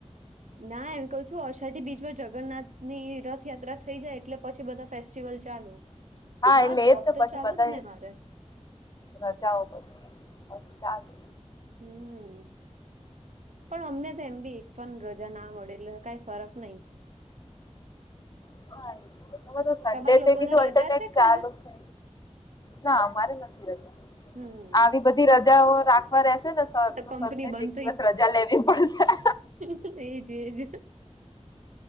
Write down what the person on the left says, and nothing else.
એટલે
એ જ
પછી
બધા
રજાઓ પછી ચાલુ
<inaudible> કીધું
અલ્ટરનેટ
ચાલુ
છે. ના અમારે નથી રજા.
આવી બધી રજાઓ રાખવા રશે ને સર તો
સરને
જ એક દિવસ રજા લેવી પડશે